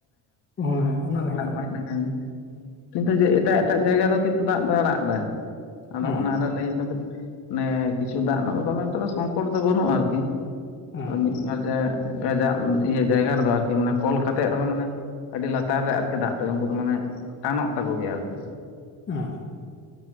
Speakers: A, on the left; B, on the left.
A: ᱦᱚᱸᱭ ᱚᱱᱟ ᱛᱟᱦᱮᱱᱟ᱾
B: ᱠᱦᱟᱡᱽ ᱱᱟ ᱮᱸ ᱠᱤᱱᱛᱩ ᱡᱮ ᱮᱴᱟᱜ-ᱮᱴᱟᱜ ᱡᱟᱭᱜᱟ ᱫᱚ ᱠᱤᱱᱛᱩ ᱫᱟᱜ ᱫᱚᱭ ᱟᱲᱟᱜ ᱫᱟᱭ᱾ ᱟᱫᱚ
A: ᱦᱮᱸ
B: ᱚᱱᱟ ᱟᱸᱰᱮ ᱞᱟᱹᱭᱤᱱ ᱫᱚᱵᱤᱱ ᱚᱱᱮ ᱠᱤᱪᱷᱩ ᱫᱟᱜ ᱨᱮᱱᱟᱜ ᱫᱚ ᱫᱚᱢᱮ ᱮᱠᱴᱟ ᱫᱚ ᱥᱚᱝᱠᱚᱴ ᱫᱚ ᱵᱟᱹᱱᱩᱜ-ᱟ ᱟᱨᱠᱤ,
A: ᱦᱮᱸ
B: ᱟᱫᱚ ᱢᱤᱫᱵᱟᱨ ᱡᱮ ᱠᱟᱡᱟᱜ ᱤᱭᱟᱹ ᱡᱟᱭᱜᱟ ᱨᱮᱫᱚ ᱟᱨᱠᱤ ᱢᱟᱱᱮ ᱠᱚᱞ ᱠᱟᱛᱮᱜ ᱨᱮᱦᱚᱸ ᱢᱟᱱᱮ, ᱟᱹᱰᱤ ᱞᱟᱛᱟᱨ ᱨᱮ ᱟᱨᱠᱤ ᱫᱟᱜ ᱫᱚ ᱩᱱᱠᱩ ᱫᱚ ᱢᱟᱱᱮ ᱴᱟᱱᱚᱜ ᱛᱟᱠᱚ ᱜᱮᱭᱟ ᱟᱨᱠᱤ᱾
A: ᱦᱮᱸ᱾